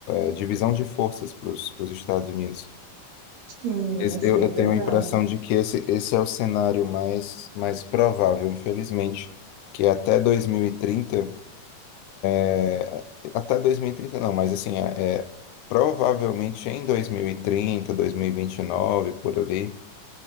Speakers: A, on the left (about 80°); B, on the right (about 80°).
A: É, divisão de forças para os Estados Unidos.
B: Sim,
A: Esse-
B: assim,
A: Eu, eu
B: é verdade.
A: tenho a impressão de que esse, esse é o cenário mais, mais provável, infelizmente, que até 2030, é, até 2030 não, mas assim, é, é, provavelmente em 2030, 2029, por ali,